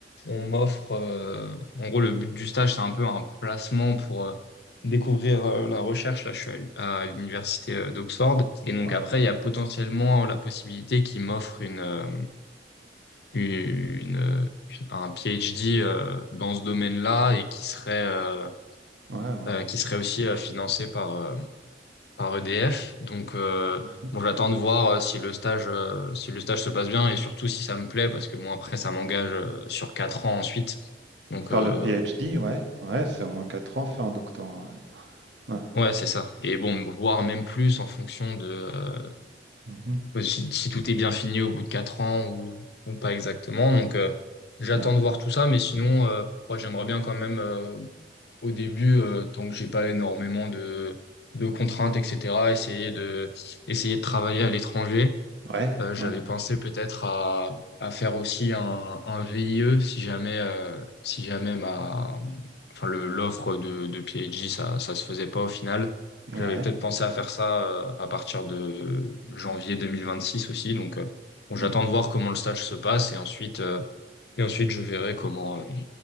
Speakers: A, on the left; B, on the right.
A: on m'offre. euh, en gros, le but du stage, c'est un peu un placement pour euh, découvrir euh, la recherche. Là, je suis à, à l'université euh, d'Oxford. Et donc,
B: Waouh,
A: après, il y a potentiellement la possibilité qu'ils m'offrent une, euh, une, euh, une- un PhD euh, dans ce domaine-là et qui serait, euh,
B: Ouais, ouais.
A: euh, qui serait aussi euh, financé par, euh, par EDF. Donc, euh,
B: Mhm.
A: bon, j'attends de voir euh, si le stage, euh, si le stage se passe bien et surtout si ça me plaît, parce que bon, après, ça m'engage euh, sur quatre ans ensuite. Donc,
B: Faire
A: euh,
B: le PhD, ouais, ouais, c'est au moins 4 ans, faire un doctorat, ouais. Ouais,
A: ouais, c'est ça. Et bon, voir même plus en fonction de
B: Mhm.
A: euh, si, si tout est bien fini au bout de quatre ans ou, ou pas exactement. Donc, euh, j'attends
B: Ouais,
A: de voir tout ça, mais sinon, euh, moi, j'aimerais bien quand même euh, au début, euh, tant que j'ai pas énormément de de contraintes, etc., essayer de, essayer de travailler à l'étranger.
B: ouais,
A: Euh, j'avais
B: ouais,
A: pensé peut-être à, à faire aussi un, un VIE si jamais, euh, si jamais ma, enfin le, l'offre de, de PhD, ça, ça se faisait pas au final.
B: ouais,
A: J'avais peut-être pensé à faire ça euh, à partir de janvier 2026 aussi. Donc, euh, bon, j'attends
B: Mhm.
A: de voir comment le stage se passe et ensuite, euh, et ensuite je verrai comment, euh,